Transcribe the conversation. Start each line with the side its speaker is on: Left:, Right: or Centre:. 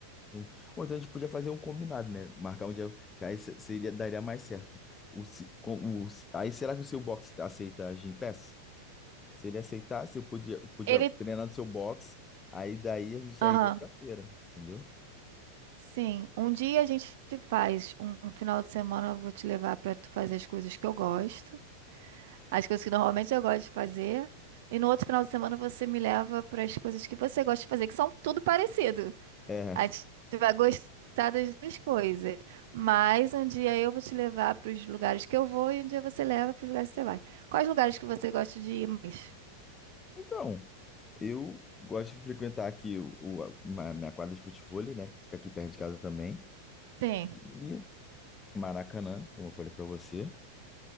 Left: sim. Ou então a gente podia fazer um combinado, né? Marcar um dia, que aí se- seria, daria mais certo. O, se- com- o, se- aí será que o seu box aceita Gympass? Se ele aceitasse, eu podia, eu podia
Right: Ele.
Left: treinar no seu box, aí daí a gente já
Right: Aham.
Left: iria pra feira, entendeu?
Right: Sim, um dia a gente faz um um final de semana, eu vou te levar pra tu fazer as coisas que eu gosto. As coisas que normalmente eu gosto de fazer. E no outro final de semana você me leva para as coisas que você gosta de fazer, que são tudo parecido.
Left: É.
Right: A gente vai gostar das duas coisas. Mas um dia eu vou te levar para os lugares que eu vou e um dia você leva para os lugares que você vai. Quais lugares que você gosta de ir mais?
Left: Então, eu gosto de frequentar aqui o, o- a ma- minha quadra de futevôlei, né? Que fica aqui perto de casa também.
Right: Sim.
Left: E Maracanã, como eu falei pra você.